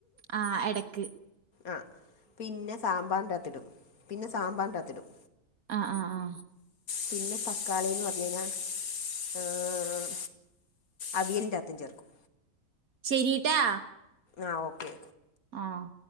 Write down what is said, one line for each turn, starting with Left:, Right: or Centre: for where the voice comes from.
Right: ആഹ് എടയ്ക്ക്
Left: ആഹ് പിന്നെ സാമ്പാറിന്റകത്തിടും പിന്നെ സാമ്പാറിന്റകത്തിടും.
Right: ആഹ് ആഹ് ആഹ്
Left: പിന്നെ തക്കാളിന്ന് പറഞ്ഞു കഴിഞ്ഞാ ഏഹ് അവിയലിന്റെ അകത്തും ചേർക്കും.
Right: ശരീട്ടാ
Left: ആഹ് ഓക്കേ
Right: ആഹ്